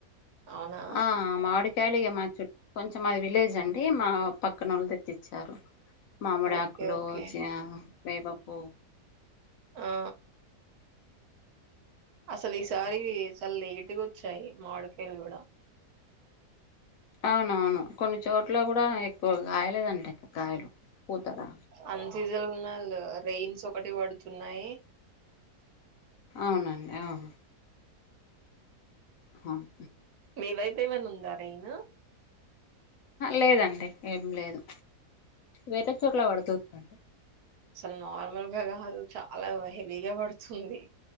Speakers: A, on the right; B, on the left.
A: అవునా
B: ఆ మాడి ఖాళీయే మా చుట్ కొంచెం మాది విలేజ్ అండి మా పక్కన వాళ్ళు తెచ్చిచ్చారు మామిడి
A: ఓకే
B: ఆకులు
A: ఓకే
B: చ వేపపువ్వు
A: ఆ అసలు ఈసారి చాలా లేటుగా వచ్చాయి మావిడికాయలు కూడా
B: అవునవును కొన్ని చోట్ల కూడా ఎక్కువగా కాయలేదంటగాయలు కూతరా
A: అన్ సీజన్లు ఉన్నాళ్ళు రైయిన్స్ ఒకటి పడుతున్నాయి
B: అవునండి అవును అవును
A: మీ వైపు ఏమైనా ఉందా రెయిను
B: లేదండి ఏం లేదు వేరే చోట్ల పడుతుంది
A: అసలు నార్మల్ గా కాదు చాలా హెవీగా పడుతుంది